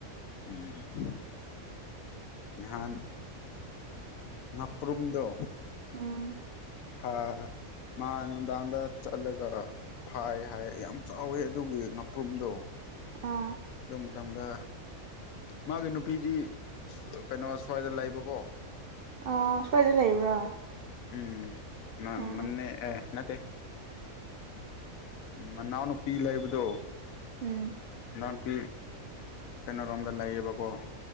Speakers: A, on the left (about 75°); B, on the right (about 65°).
A: ꯎꯝ ꯅꯍꯥꯟ ꯎꯄ꯭ꯔꯝꯗ
B: ꯎꯝ
A: ꯐ ꯃꯥ ꯅꯨꯡꯗꯥꯡꯗ ꯆꯠꯂꯒ ꯐꯥꯏ ꯍꯥꯏ ꯌꯥꯝ ꯆꯥꯎꯋꯦ ꯑꯗꯨꯒꯤ ꯉꯥꯄ꯭ꯔꯨꯝꯗꯣ
B: ꯑꯥ
A: ꯑꯗꯨ ꯃꯇꯝꯗ ꯃꯥꯒꯤ ꯅꯨꯄꯤꯗꯤ ꯀꯩꯅꯣ ꯁ꯭ꯋꯥꯏꯗ ꯂꯩꯕꯀꯣ
B: ꯑ ꯁ꯭ꯋꯥꯏꯗ ꯂꯩꯕ꯭ꯔꯥ
A: ꯎꯝ ꯃ
B: ꯎꯝ
A: ꯃꯅꯦ ꯑꯦ ꯅꯠꯇꯦ ꯃꯅꯥꯎꯅꯨꯄꯤ ꯂꯩꯕꯗꯣ
B: ꯎꯝ
A: <unintelligible> ꯄꯤ ꯀꯩꯅꯣꯔꯣꯝꯗ ꯂꯩꯌꯦꯕꯀꯣ